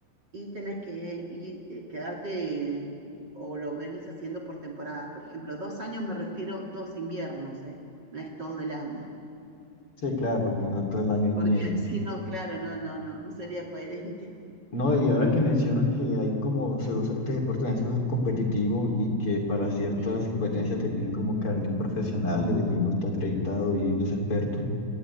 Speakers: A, on the right (about 35°); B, on the left (about 35°).
A: y tenés que y, eh, quedarte eh, o lo venís haciendo por temporada. Por ejemplo, dos años me refiero dos inviernos, ¿eh? No es todo el año.
B: sí, claro, porque no todo el año hay
A: porque
B: nieve.
A: <laughs> si no, claro, no, no, no, no sería coherente.
B: No, y ahora que mencionas que hay como, se usa- este deporte también se usa competitivo y que para ciertas
A: Sí,
B: competencias te piden como carnet profesional, desde que uno está acreditado y uno es experto.